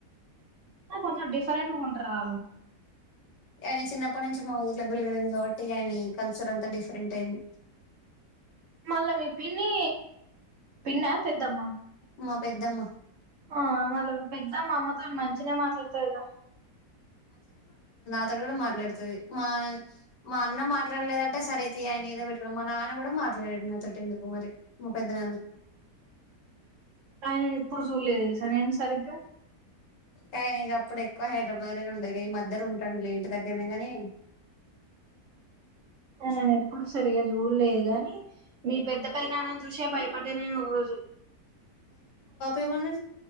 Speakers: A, on the right; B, on the left.
A: కొంచం డిఫరెంట్ ఉంటరా
B: ఆయన చిన్నప్పటి నుంచి మా ఊర్లో వెలుగదం కాబట్టి ఆయన కల్చర్ అంతా డిఫరెంట్ అయింది
A: మళ్ళా మీ పిన్ని పిన్న పెద్దమ్మ
B: మా పెద్దమ్మ
A: ఆ మల్ల పెద్దమ్ మా అమ్మతో మంచిన మాట్లాడతారు కదా
B: అతడు కూడా మాట్లాడుతుది మా మా అన్న మాట్లాడలేదంటే సరే అయితే ఆయన ఏదో పెట్టుకున్నా మా నాన్న కూడా మాట్లాడాడు అతడు ఎందుకు మరి మా పెద్ద నాన్న
A: అయినడి ఎప్పుడు చూడలేదు తెలుసా నేను సరిగ్గా
B: కాయనీ ఇక అప్పుడు ఎక్కువ హైదరాబాద్ లోనే ఉండదు కా ఈ మధర ఉంటాం ఇంటి దగ్గరనే గానీ
A: ఆ నను ఇప్పుడు సరిగా చూలేదు కానీ మీ పెద్ద పెద్ద నాన్నని చూసే భయపడ్డా నేను ఒక రోజు
B: ఏమని